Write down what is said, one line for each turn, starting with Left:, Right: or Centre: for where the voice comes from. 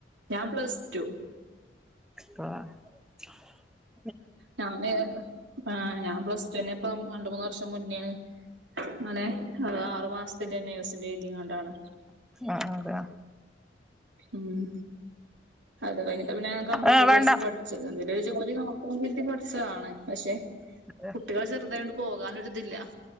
Right: ഞാൻ പ്ലസ് ടു
Centre: പ്പാ <unintelligible>
Right: ഞാന് ആഹ് ഞാൻ പ്ലസ് റ്റൊന്നെ ഇപ്പ രണ്ട് മൂന്ന് വർഷം മുന്നേണ് ങ്ങനെ അഅ് ആറു മാസത്തിന്റെ എൻ എ എസ് യു ന്റെ എയ്തിങ്ങാണ്ടാണ്
Centre: ആഹ് അതെയാ
Right: ഉം അത് കഴിഞ്ഞിട്ട് പിന്നെ ഞാൻ കമ്പ്യൂട്ടർ
Centre: ആഹ് വേണ്ട
Right: കോഴ്സ് പഠി എന്തേലും ഒരു ജോലി നോക്കണം കരുതി പഠിച്ചതാണ് പക്ഷെ
Centre: <inaudible>
Right: കുട്ട്യാള് ചെറുതായോണ്ട് പോകാനൊരിതില്ല